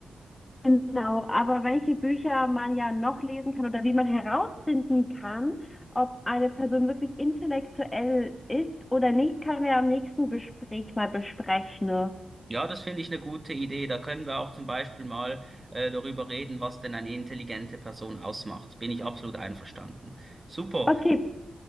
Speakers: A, on the left (about 20°); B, on the right (about 20°).
A: Genau, aber welche Bücher man ja noch lesen kann oder wie man herausfinden kann, ob eine Person wirklich intellektuell ist oder nicht, können wir am nächsten Gespräch mal besprechen.
B: Ja, das finde ich eine gute Idee. Da können wir auch zum Beispiel mal äh, darüber reden, was denn eine intelligente Person ausmacht. Bin ich absolut einverstanden. Super,
A: Okay,